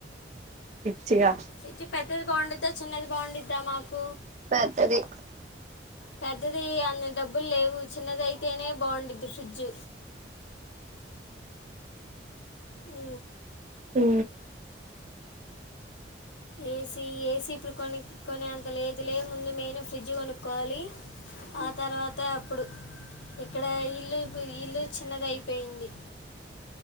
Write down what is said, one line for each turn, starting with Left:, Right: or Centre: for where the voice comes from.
Right: చిగా
Left: ఫ్రిడ్జ్ చిన్నది బాగుండుద్దా పెద్దది బాగుండుద్దా మాకు
Right: పెద్దది
Left: పెద్దది అన్ని డబ్బులు లేవు చిన్నది అయితేనే బాగుండుద్ది ఫ్రిడ్జ్ ఉ
Right: ఉ
Left: ఏసీ ఏసీ ఇప్పుడు కొనుక్కునే అంత లేదు లే ముందు మెయిన్ ఫ్రిడ్జ్ కొనుక్కోవాలి ఆ తర్వాత అప్పుడు ఇక్కడ ఇల్లు ఇల్లు చిన్నదయిపోయింది